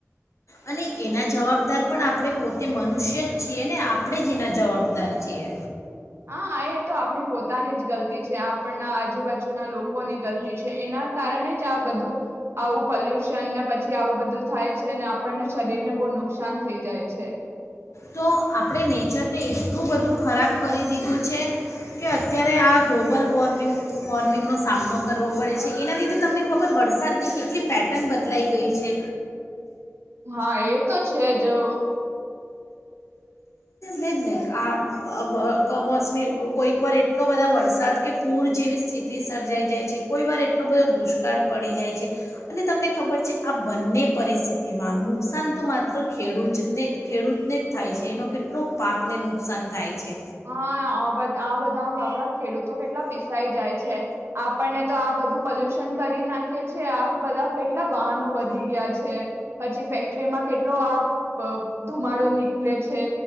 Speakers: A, on the left; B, on the right.
A: અને એના જવાબદાર પણ આપણે પોતે મનુષ્ય જ છીએ ને આપણે જ એના જવાબદાર છીએ.
B: હા આ તો આપની પોતાની જ ગલતી છે આપણના આજુબાજુના લોકોની ગલ તી એના કારણે જ આ બધું આવું પોલ્યુશન ને પછી આવું બધું થાય છે ને આપણને શરીર ને બહુ નુકસાન થઈ જાય છે.
A: તો આપણે નેચરને એટલું બધું ખરાબ કરી દીધું છે કે અત્યારે આ ગ્લોબલ વોર્મિંગ વોર્મિંગનો સામનો કરવો પડે છે એના લીધે તમને ખબર વરસાદની કેટલી પેટર્ન બદલાઈ ગઈ છે.
B: હા એ તો છે જ અ.
A: નેજ નેજ આ વ કમોસમી કોઈક વાર એટલો બધા વરસાદ કે પૂર જેવી સ્થિતિ સર્જાઈ જાય છે. કોઈ વાર એટલો બધો દુષ્કાળ પડી જાય છે. અને તમને ખબર છે આ બંને પરિસ્થિતિમાં નુકસાન તો માત્ર ખેડૂચ ને ખેડૂત ને જ થાય છે. એનો કેટલો પાકને નુકસાન થાય છે.
B: હા આ બધા આ બધા આમ આપણા ખેડૂતો કેટલા પીસાઈ જાય છે. આપણને તો આ બધું પોલ્યુશન કરી નાખીએ છીએ. આ બધા કેટલા વાહનો વધી ગયા છે પછી ફેક્ટરીમાં કેટલો આ બ ધુમાડો નીકળે છે